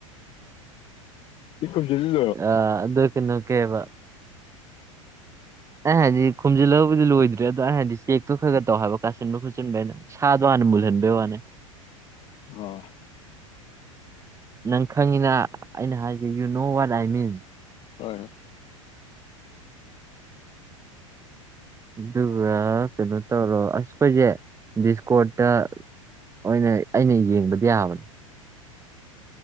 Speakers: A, on the left; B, on the right.
A: unintelligible <unintelligible>
B: ꯑ ꯑꯗꯨ ꯀꯩꯅꯣ ꯀꯩꯕ ꯑꯩ ꯍꯥꯏꯗꯤ ꯈꯨꯝꯖꯤꯜꯂꯒꯕꯨꯗꯤ ꯂꯣꯏꯗ꯭ꯔꯦ ꯑꯗꯣ ꯑꯩ ꯍꯥꯏꯗꯤ ꯆꯦꯛꯇꯣ ꯈꯔ ꯈꯔ ꯇꯧ ꯍꯥꯏꯕ ꯀꯥꯁꯤꯟꯕ ꯈꯣꯠꯆꯤꯟꯕꯔꯅ ꯁꯥꯗꯣ ꯍꯥꯟꯅ ꯃꯨꯜꯍꯟꯕꯩ ꯋꯥꯅꯦ
A: ꯑꯣ
B: ꯅꯪ ꯈꯪꯉꯤꯅ ꯑꯩꯅ ꯍꯥꯏꯁꯦ ꯌꯨ ꯅꯣ ꯋꯥꯠ ꯑꯥꯏ ꯃꯤꯟ
A: ꯍꯣꯏ
B: ꯑꯗꯨꯒ ꯀꯩꯅꯣ ꯇꯧꯔꯣ ꯑꯁ ꯑꯈꯣꯏꯁꯦ ꯕꯤꯁꯀꯣꯔꯠꯇ ꯍꯣꯏꯅꯦ ꯑꯩꯅ ꯌꯦꯡꯕꯗꯤ ꯌꯥꯕꯅꯤ